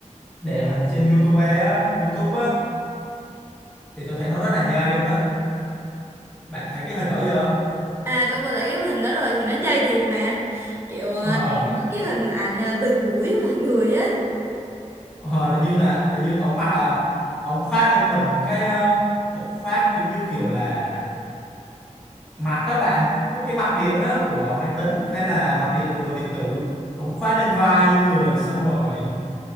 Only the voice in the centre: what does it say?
để hình trên YouTube á YouTube á thì tôi thấy nó rất là nhây luôn á bạn thấy cái hình đó chưa
ờ,
ờ,
ờ, tự nhiên là tự nhiên ổng mặc à, ổng khoác lên mình cái ờ, bộ khoác giống như kiểu là mặt đó bạn mấy cái mặt điện đó của máy tính hay là mặt điện của đồ điện tử ống khoác lên vai lên người xong rồi